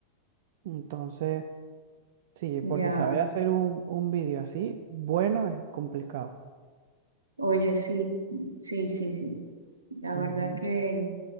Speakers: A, on the right; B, on the right.
A: Entonces, sí, porque
B: Ya,
A: saber hacer un, un vídeo así, bueno, es complicado.
B: oye, sí, sí, sí, sí. La
A: Ujú.
B: verdad que